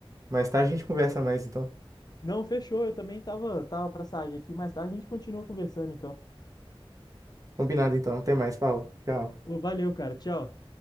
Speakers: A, on the right; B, on the left.
A: Mais tarde a gente conversa mais, então.
B: Não, fechou, eu também tava, tava pra sair aqui, mas tá, a gente continua conversando, então.
A: Combinado, então. Até mais, Paulo. Tchau.
B: Pô, valeu, cara, tchau.